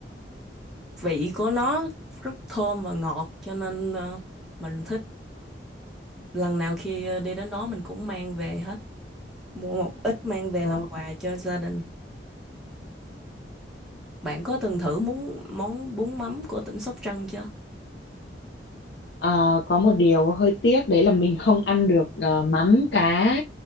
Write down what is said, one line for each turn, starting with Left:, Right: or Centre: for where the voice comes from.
Centre: vị của nó rất thơm và ngọt cho nên ờ, mình thích lần nào khi ờ, đi đến đó mình cũng mang về hết mua một ít mang về
Left: Ờ,
Centre: làm quà cho gia đình bạn có từng thử món món bún mắm của tỉnh Sóc Trăng chưa
Left: ờ, có một điều hơi tiếc đấy là mình không ăn được ờ, mắm cá